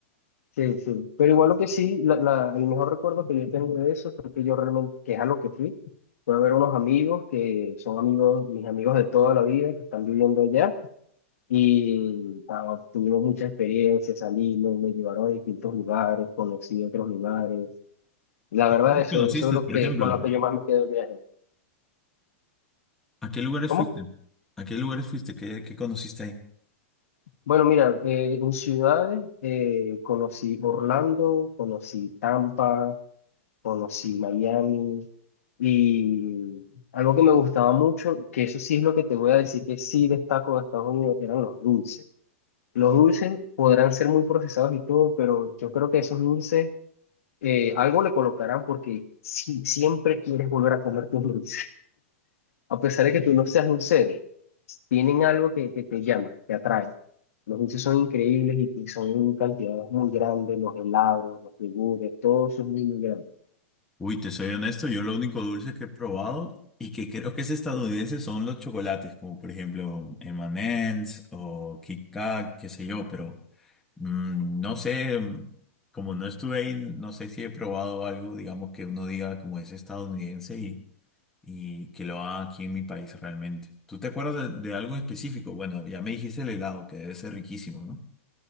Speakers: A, on the left; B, in the centre.
A: sí, sí. Pero igual lo que sí, la, la- el mejor recuerdo que yo tengo de eso fue que yo realmente, que es a lo que fui, fue a ver unos amigos que son amigos, mis amigos de toda la vida, que están viviendo allá, y ah, tuvimos muchas experiencias, salimos, me llevaron a distintos lugares, conocí otros lugares. La
B: ¿Qué
A: verdad, eso,
B: conociste,
A: eso es lo
B: por
A: que,
B: ejemplo?
A: con lo que yo más me quedo del viaje.
B: ¿A qué lugares
A: ¿Cómo?
B: fuiste? ¿A qué lugares fuiste? ¿Qué, qué conociste ahí?
A: Bueno, mira, eh, en ciudades eh, conocí Orlando, conocí Tampa, conocí Miami y algo que me gustaba mucho, que eso sí es lo que te voy a decir que sí destaco de Estados Unidos, eran los dulces. Los dulces podrán ser muy procesados y todo, pero yo creo que esos dulces eh, algo le colocarán porque sí, siempre quieres volver a comerte un dulce a pesar de que tú no seas dulcero, tienen algo que, que te llama, te atrae. Los dulces son increíbles y, y son en cantidades muy grandes, los helados, los yogures, todo eso es muy, muy grande.
B: Uy, te soy honesto, yo lo único dulce que he probado y que creo que es estadounidense son los chocolates, como por ejemplo M&M's o Kit Kat, qué sé yo, pero mm, no sé, mm, como no estuve ahí, no sé si he probado algo, digamos, que uno diga como es estadounidense y, y que lo haga aquí en mi país realmente. ¿Tú te acuerdas de, de algo específico? Bueno, ya me dijiste el helado, que debe ser riquísimo, ¿no?